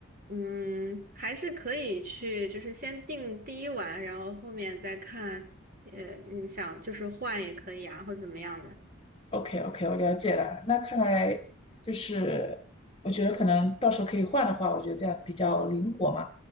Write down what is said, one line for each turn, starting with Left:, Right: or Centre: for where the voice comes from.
Right: 嗯，还是可以去，就是先定第一晚，然后后面再看，呃，你想就是换也可以啊，或怎么样的。
Left: OK OK，我了解了。那看来就是，我觉得可能到时候可以换的话，我觉得这样比较灵活嘛。